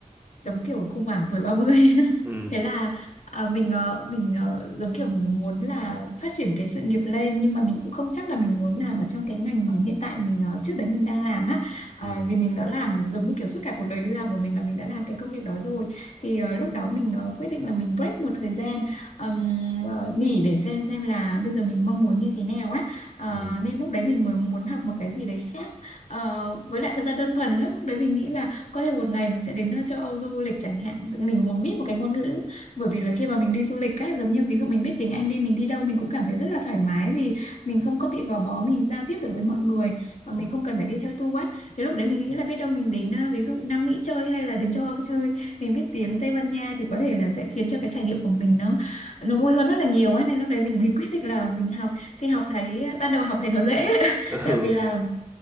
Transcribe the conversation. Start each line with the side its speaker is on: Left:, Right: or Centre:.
Left: giống kiểu khủng hoảng tuổi 30 <laughs>
Right: ừ
Left: thế là à, mình ờ, mình ờ, giống kiểu mình muốn là phát triển cái sự nghiệp lên nhưng mà mình cũng không chắc là mình muốn làm ở trong cái ngành mà hiện tại mình ờ, trước đấy mình đang làm á Ờ,
Right: ừ
Left: vì mình đã làm giống như kiểu suốt cả cuộc đời đi làm của mình là mình đã làm cái công việc đó rồi thì ờ, lúc đó mình ờ, quyết định là mình break một thời gian ừm, ờ, nghỉ để xem xem là bây giờ mình mong muốn như thế nào á Ờ,
Right: ừ
Left: nên lúc đấy mình mới muốn học một cái gì đấy khác Ờ, với lại thật ra đơn thuần lắm lúc đấy mình nghĩ là có thể một ngày mình sẽ đến ờ, châu Âu du lịch chẳng hạn Tự mình muốn biết một cái ngôn ngữ bởi vì là khi mà mình đi du lịch á giống như ví dụ mình biết tiếng Anh đi mình đi đâu mình cũng cảm thấy rất là thoải mái vì mình không có bị gò bó mình giao tiếp được với mọi người và mình không cần phải đi theo tour á thế lúc đấy mình nghĩ là biết đâu mình đến à, ví dụ Nam Mỹ chơi hay là đến châu Âu chơi mình biết tiếng Tây Ban Nha thì có thể là sẽ khiến cho cái trải nghiệm của mình nó nó vui hơn rất là nhiều ấy nên lúc đấy mình mới quyết định là mình học thì học thấy ban đầu học thấy nó dễ <laughs>
Right: ừ
Left: tại vì là